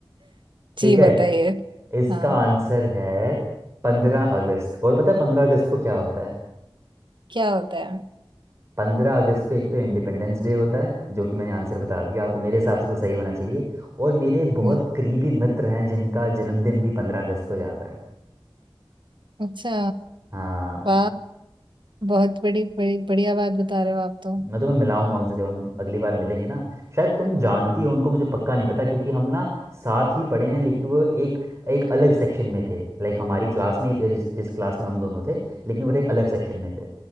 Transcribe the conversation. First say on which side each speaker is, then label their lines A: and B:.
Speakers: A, on the right (about 30°); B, on the right (about 60°).
A: ठीक
B: जी
A: है
B: बताइए
A: इसका
B: हाँ
A: आंसर है पंद्रह अगस्त और पता है पंद्रह अगस्त को क्या होता है
B: क्या होता है
A: पंद्रह अगस्त को एक तो इंडिपेंडेंस डे होता है जो कि मैंने आंसर बता दिया आपको मेरे हिसाब से तो सही होना चाहिए और मेरे बहुत
B: हम्म
A: करीबी मित्र हैं जिनका जन्मदिन भी पंद्रह अगस्त को ही आता है
B: अच्छा
A: हाँ
B: वाह बहुत बड़ी बड़ी बढ़िया बात बता रहे हो आप तो
A: मैं तुम्हें मिलाऊंगा उनसे जब हम अगली बार मिलेंगे ना शायद तुम जानती हो उनको मुझे पक्का नहीं पता क्योंकि हम ना साथ ही पढ़े हैं लेकिन वो एक एक अलग सेक्शन में थे लाइक हमारी क्लास में ही थे जिस जिस क्लास में हम दोनों थे लेकिन वो एक अलग सेक्शन में थे